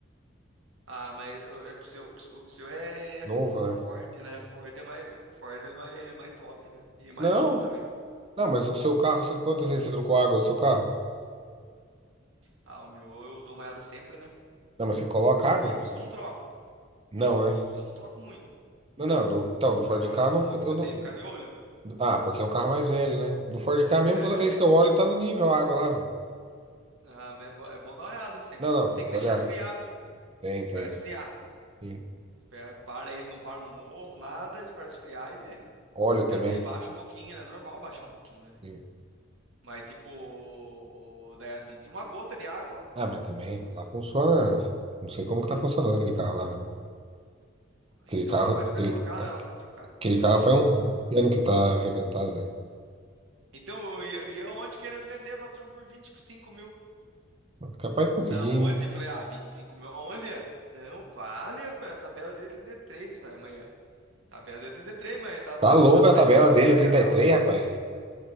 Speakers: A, on the right; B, on the right.
A: Ah, mas o, é que o seu, o que o seu é
B: Novo, né?
A: Ford, né? Ford é mais, Ford é mais, é mais top, né? E mais
B: Não,
A: novo também.
B: não, mas o seu carro, você, quantas vezes você trocou água do seu carro?
A: Ah, o meu eu dou uma olhada sempre, né?
B: Não, mas você coloca
A: Do
B: água?
A: Nivus eu não troco.
B: Não,
A: Não, do Nivus
B: né?
A: eu não troco muito.
B: Não,
A: Não.
B: não, do, então, do Ford
A: Agora
B: Ka
A: do
B: eu
A: Fox
B: não, eu
A: eu
B: não.
A: tenho que ficar de olho.
B: Ah, porque é um carro mais velho, né? Do Ford Ka mesmo,
A: É.
B: toda vez que eu olho, tá no nível a água lá, velho.
A: Ah, mas é, bo- é bom dar uma olhada sempre.
B: Não, não, tem
A: Tem que
B: que
A: deixar
B: olhar.
A: esfriar, viu?
B: Tem,
A: Tem que
B: tem.
A: esperar esfriar.
B: Sim.
A: Espera, para ele, não para no morro, nada, espera esfriar e vê.
B: Óleo
A: Que
B: também.
A: às vezes baixa um pouquinho, né? Normal baixar um pouquinho, né?
B: E-
A: Mas, tipo, o, o da Yasmin tinha uma gota de água.
B: Ah, mas também lá funciona. Não sei como que tá funcionando aquele carro lá, velho.
A: Então,
B: Aquele carro,
A: mas acho que
B: aquele,
A: vai trocar, né? Ela vai trocar.
B: aquele carro faz uns 20 anos que tá arrebentado, velho.
A: Então, e eu, e eu querendo vender pra turma por 25 mil.
B: Capaz de conseguir
A: Aonde?
B: ainda.
A: Eu falei, ah, 25 mil aonde? Não, vale, rapaz, a tabela deu 33, falei, amanhã. Tabela deu 33, mas tá batido
B: Tá louca
A: na frente,
B: a tabela
A: na trás,
B: dele,
A: lateral.
B: é trinta e três,
A: Eu
B: rapaz.